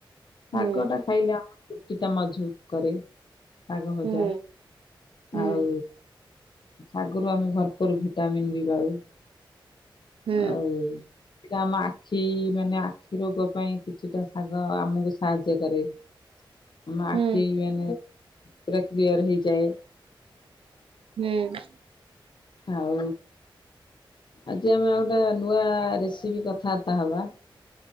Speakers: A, on the right (about 85°); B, on the left (about 60°).
A: ହୁଁ
B: ଶାଗ ଟା ଖାଇଲେ ଆମ ଚୁଟି ଟା ମଜବୁତ୍ କରେ ଶାଗ ଭଜା।
A: ହୁଁ ହୁଁ
B: ଆଉ ଶାଗ ରୁ ଆମେ ଭରପୁର ଭିଟାମନ୍ ବି ପାଉ।
A: ହୁଁ
B: ଆଉ ସେଟା ଆମ ଆଖି ମାନେ ଆଖି ରୋଗ ପାଇଁ କିଛିଟା ଶାଗ ଆମକୁ ସାହାଯ୍ୟ କରେ। <inaudible> ଆମ ଆଖି
A: ହୁଁ
B: ମାନେ ପୁରା କ୍ଲିୟର ହେଇଯାଏ।
A: ହୁଁ
B: ଆଉ ଆଜି ଆମେ ଆଉ ଟା ନୂଆ ରେସିପି କଥାବାର୍ତ୍ତା ହବା।